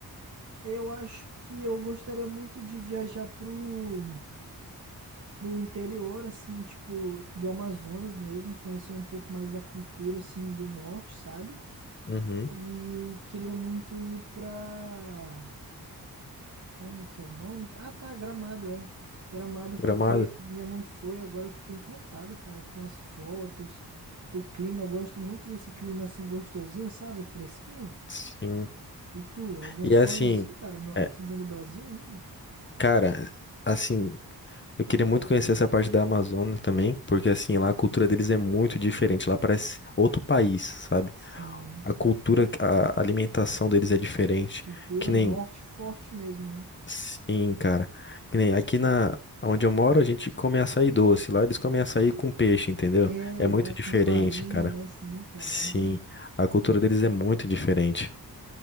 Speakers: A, on the right; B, on the left.
A: eu acho que eu gostaria muito de viajar pro, pro interior, assim, tipo, do Amazonas mesmo, conhecer um pouco mais da cultura, assim, do norte, sabe?
B: Uhum.
A: E queria muito ir pra Como que é o nome? Ah, tá, Gramado, é. Gramado
B: Gramado?
A: porque minha mãe foi, agora eu fiquei encantado, cara, com as fotos, o clima, eu gosto muito desse clima assim gostosinho, sabe? Fresquinho.
B: Sim.
A: E tu, algum
B: E
A: sonho
B: assim,
A: assim, cara, no- aqui
B: é,
A: dentro do Brasil ainda?
B: cara, assim, eu queria muito conhecer essa parte da Amazônia também, porque assim, lá a cultura deles é muito diferente, lá parece outro país, sabe?
A: Sim,
B: A cultura, a alimentação deles é diferente,
A: cultura
B: que nem
A: norte forte mesmo, né?
B: Sim, cara. Que nem aqui na onde eu moro, a gente come açaí doce. Lá eles comem açaí com peixe, entendeu?
A: É,
B: É
A: exato,
B: muito diferente,
A: com farinha,
B: cara.
A: né? Sim, cara,
B: Sim,
A: é verdade.
B: a cultura deles é muito diferente.